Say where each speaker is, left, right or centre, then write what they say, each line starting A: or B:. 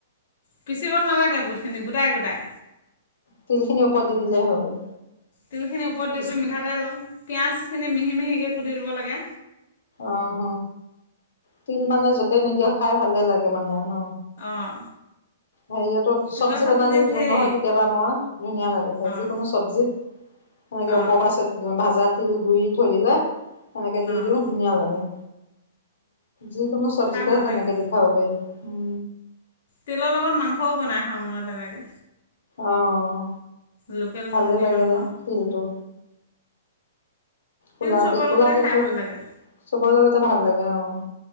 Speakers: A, on the left; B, on the left.
A: পিচিব নালাগে বুুটখিনি গোটাই গোটাই।
B: তিলখিনিৰ ওপৰত দি দিলেই হৈ গ'ল
A: তেলখিনিৰ ওপৰত দি
B: পিচ
A: পেলাই মিঠাতেল, পিয়াজ। সেইখিনি মিহি-মিহিকে কুটি দিব লাগে।
B: অহ' তিল মানে য'তে নিদিৱ, খাই ভালে লাগে মানে ন।
A: অঁ।
B: হেৰিয়াতো চবজি
A: তিলৰ চাটনি
B: বনালেও দিও
A: ঢেৰ
B: নহয় কেতিয়াবা মই, ধুনীয়া লাগে খাই
A: অঁ
B: যিকোনো চব্জিত। সেনেকে ওপৰ
A: অঁ
B: পৰা ভাজা তিল গুৰি থৈ দিলে। সেনেকে দি
A: অঁ
B: দিব ধুনীয়া লাগে, যিকোনো চবজিতে
A: খাই ভাল
B: সেনেকে
A: লাগে
B: দি খাব পাৰিবি।
A: তিলৰ লগত মাংসও বনাই খাওঁ মই তেনেকে।
B: আহ'
A: লোকেল
B: ভালে
A: মুৰ্গী
B: লাগে
A: মাংস
B: দে তিলটো। কুলা
A: চবৰ
B: তিল কুলা
A: লগতে
B: তিলটো
A: খাই ভাল লাগে
B: চবৰে লগতে ভাল লাগে অ'।